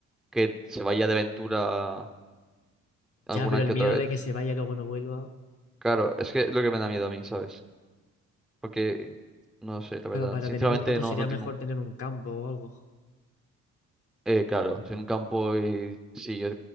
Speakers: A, in the centre; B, on the left.
A: que se vaya de aventura alguna
B: Ya, pero el
A: que
B: miedo
A: otra vez.
B: de que se vaya y luego no vuelva,
A: Claro, es que es lo que me da miedo a mí, ¿sabes? Porque, no sé, la
B: claro,
A: verdad.
B: para
A: Sinceramente
B: tener un gato
A: no,
B: sería
A: no tengo...
B: mejor tener un campo o algo.
A: Eh, claro, si en un campo y sí, yo